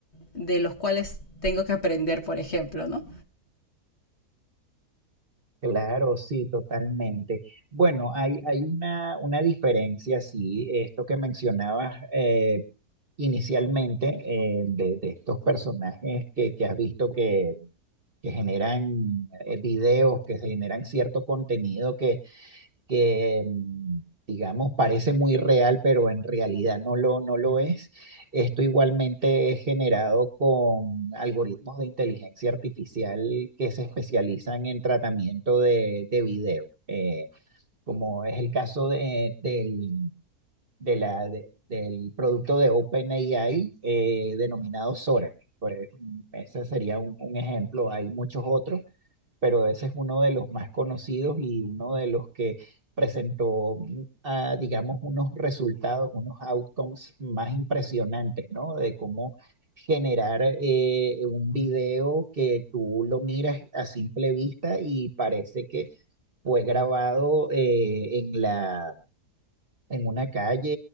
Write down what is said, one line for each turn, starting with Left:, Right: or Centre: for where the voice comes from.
Left: de los cuales tengo que aprender, por ejemplo, ¿no?
Right: Claro, sí, totalmente. Bueno, hay, hay una, una diferencia, sí, esto que mencionabas eh, inicialmente eh, de, de estos personajes que, que has visto que, que generan eh, videos, que se generan cierto contenido que mm, digamos parece muy real, pero en realidad no lo, no lo es. Esto igualmente es generado con algoritmos de inteligencia artificial que se especializan en tratamiento de, de video, eh, como es el caso de, del, de la, de- del producto de OpenAI eh, denominado Sora. Pues, mm, ese sería un, un ejemplo, hay muchos otros pero ese es uno de los más conocidos y uno de los que presentó, mm, ah, digamos, unos resultados, unos outcomes más impresionantes, ¿no? De cómo generar eh, un video que tú lo miras a simple vista y parece que fue grabado eh, en la en una calle,